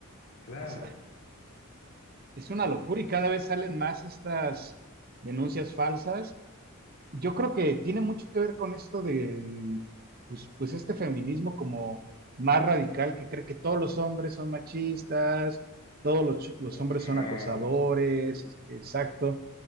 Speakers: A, on the left; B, on the right.
A: Claro,
B: O sea, es una locura y cada vez salen más estas denuncias falsas. Yo creo que tiene mucho que ver con esto de, pues, pues este feminismo como más radical que cree que todos los hombres son machistas, todos los, ch- los
A: todos
B: hombres
A: son
B: son
A: malos.
B: acosadores, es- exacto.